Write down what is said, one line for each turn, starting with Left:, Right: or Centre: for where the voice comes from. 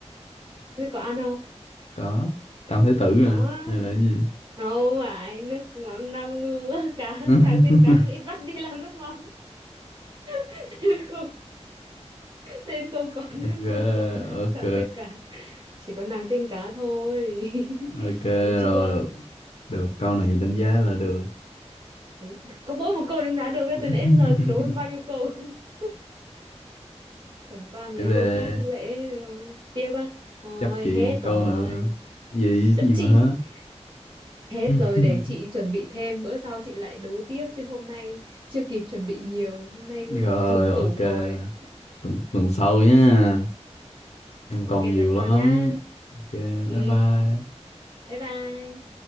Right: thế có ăn không
Left: có tam thái tử à
Right: có á.
Left: hay là cái gì
Right: không phải nước mắm năm ngư <laughs> cá
Left: <laughs>
Right: chàng tiên cá bị bắt đi làm nước mắm <laughs> nên không có <laughs>
Left: ok
Right: nó không có nàng
Left: ok
Right: chàng tên cá chỉ có nàng tên cá thôi
Left: ok
Right: <laughs> thấy chưa
Left: rồi được được câu này đánh
Right: thế
Left: giá là được
Right: thấy có mỗi một câu đánh giá được ra
Left: <laughs>
Right: từ nãy đến giờ chị đố em bao nhiêu câu <laughs> chẳng qua mấy
Left: tiếp về
Right: câu khác dễ rồi tiếp á thôi
Left: chấp chị
Right: hết
Left: một câu
Right: rồi
Left: nữa gì gì
Right: chấp chị
Left: mà hết
Right: <laughs> hết
Left: <laughs>
Right: rồi để chị chuẩn bị thêm bữa sau chị lại đố tiếp chứ hôm nay chưa kịp chuẩn bị nhiều hôm nay
Left: rồi
Right: thủng tủ
Left: ok
Right: rồi
Left: tuần, tuần sau nhá em
Right: ok
Left: còn nhiều
Right: tuần sau
Left: lắm
Right: nhá
Left: ok
Right: ừ
Left: bye bye
Right: bye bye